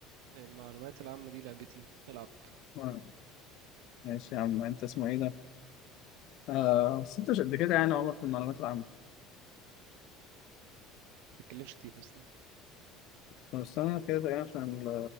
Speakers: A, on the right; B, on the left.
A: المعلومات العامة دي لعبتي العب
B: آه، ماشي يا عم انت اسمه ايه ده؟ آه بس انت مش قد كده يعني يا عمر في المعلومات العامة
A: ما تتكلمش كتير بس
B: طب استنى كده دقيقة عشان